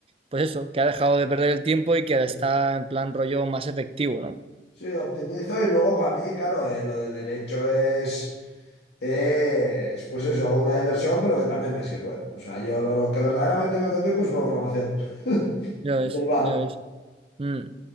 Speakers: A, on the right (about 30°); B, on the left (about 75°).
A: pues eso, que ha dejado de perder el tiempo y que
B: sí,
A: ahora está en plan rollo más efectivo, ¿no?
B: sí, optimizo y luego para mí, claro, eh, lo de derecho es, es, pues eso, una diversión, pero que también me sirve. O sea, yo lo, lo que verdaderamente meto tiempo es programación <laughs>
A: Ya ves,
B: y el bar.
A: ya ves. Mm.